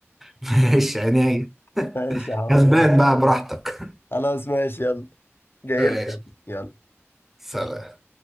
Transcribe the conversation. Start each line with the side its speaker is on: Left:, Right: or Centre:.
Centre: <laughs> ماشي عينيا
Left: <laughs> ماشي يا حبيبي
Centre: كسبان
Left: يلا.
Centre: بقى براحتك
Left: خلاص ماشي يلا جاي
Centre: <laughs> ماشي
Left: لك يلا
Centre: سلام
Left: سلام